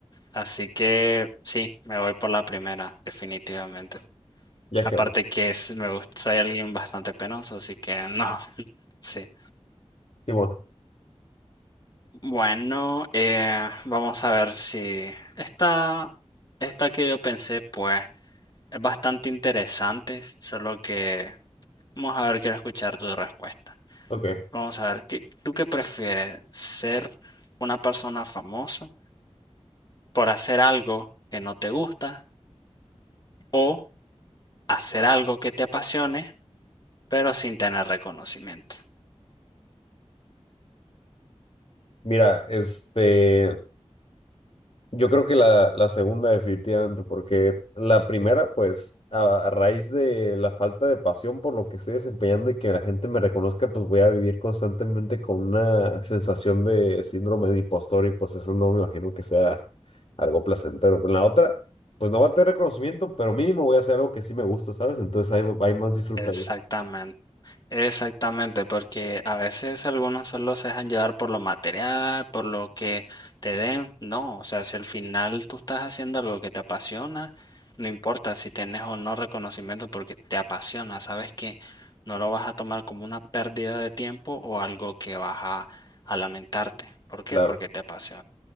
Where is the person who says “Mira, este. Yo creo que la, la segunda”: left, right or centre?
Left